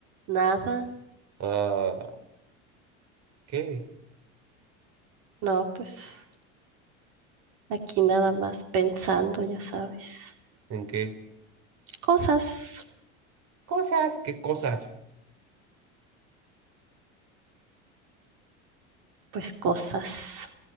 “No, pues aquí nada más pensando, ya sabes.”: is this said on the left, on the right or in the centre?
Right